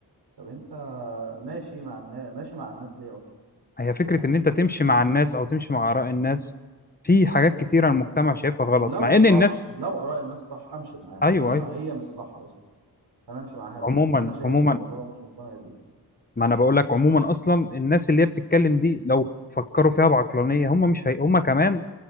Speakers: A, on the right; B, on the left.
A: طب انت ماشي مع الناس ماشي مع الناس ليه اصلا
B: هي فكره
A: يعني
B: ان انت تمشي مع الناس او تمشي مع اراء الناس في حاجات كتيره المجتمع شايفها غلط
A: لو
B: مع
A: صح
B: ان الناس
A: لو اراء الناس صح امشي معاها
B: ايوه
A: انما
B: ايوه
A: هي مش صح اصلا انا امشي معاها ليه
B: عموما
A: انا شايف
B: عموما
A: الموضوع مش مقتنع بيه
B: ما انا بقول لك عموما اصلا الناس اللي هي بتتكلم دي لو فكروا فيها بعقلانيه هم مش هي... هم كمان